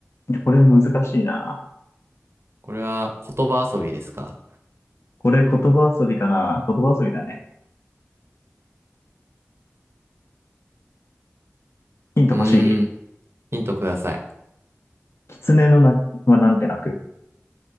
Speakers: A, on the left; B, on the right.
A: これ難しいな。
B: これは言葉遊びですか
A: これ言葉遊びかな。言葉遊びだね。ヒント欲しい。
B: うーん。ヒントください。
A: 狐の鳴きはなんて鳴く